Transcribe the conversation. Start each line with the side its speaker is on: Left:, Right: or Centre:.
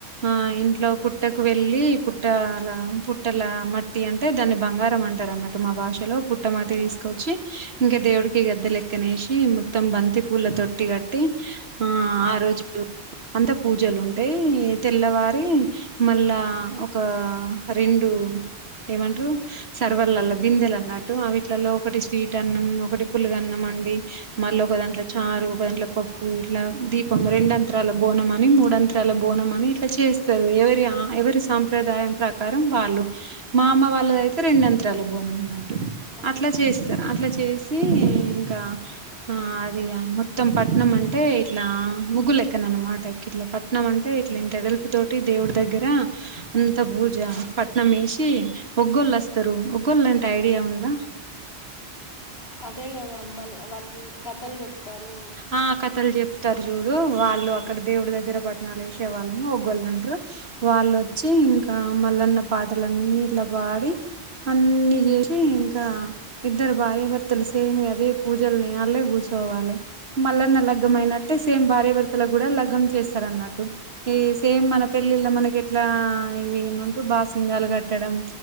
Right: ఆ ఇంట్లో పుట్టకు వెళ్ళి పుట్టలా పుట్టల మట్టి అంట్ అంటే దాన్ని బంగారం అంటారు అన్నట్టు మా భాషలో పుట్టమాటి తీసుకొచ్చి
Left: ఆ
Right: ఇంకా దేవుడికి గద్ద లెక్కనేేసి మొత్తం బంతి పూల తొట్టి కట్టి ఆ ఆ రోజు అంత పూజలు ఉంటాయి తెల్లవారి మళ్ళా ఒక రెండు ఏమంటరు సర్వర్లలో బిందెలు అన్నట్టు అవీటిలలో ఒకటి స్వీట్ టన్నం ఒకటి పులుగన్నం అండి మళ్ళ ఒకదాంట్లో చారు ఒకదాంట్ల పప్పు ఇట్లా దీపం రెండంతరాల బోనం అని మూడంత్ త్రాల బోనం అని ఇట్లా చేస్తారు ఎవరి ఆ ఎవరి సాంప్రదాయం ప్రకారం వాళ్ళు మా అమ్మ వాళ్ళదయితే రెండత్రాల బోనం ఉన్నట్టు
Left: ఆహా
Right: అట్లా చేసి తారు అట్లా చేసి ఇంకా ఆ అది ఆ మొత్తం పట్నం అంటే ఇట్లా ముగ్గులెక్కన అన్నమాట గిట్లా ప ట్నంమంటే ఇట్లా ఇంత ఎడల్పు తోటి దేవుడి దగ్గర అంత బూజ పట్నం వేసి ఒగ్గొళ్ళేస్తారు ఒగ్గొల్ అంటే ఐడియా ఉందా
Left: అదే గదా మ్మల్ వాళ్ళు కథలు చెప్తారు
Right: ఆ కథలు చెప్తారు చూడు వాళ్ళు అక్కడ దేవుడి దగ్గర పట్నాలు ఏసే వాళ్ళని ఒగ్గోళ్ అంట్రు వాళ్ళొచ్చి ఇంకా మలన్న పాటలన్నీ ఇట్ల పాడి అన్నీ జేసి ఇంకా ఇద్దరు భార్యభర్తలు సేమ్ అదే పూజల్నే అల్ళే కూర్చోవాలే మల్లన్న లగ్గమైనట్
Left: ఉహు
Right: ట్టే సేమ్ భార్యభర్తలకు కూడా లగ్గమ్ చేస్తారన్నట్టు ఏ సేమ్ మన పెళ్ళిళ్ళ మనకి ఎట్లా ఇవి ఏమంటరు బాసింగాలు కట్టడం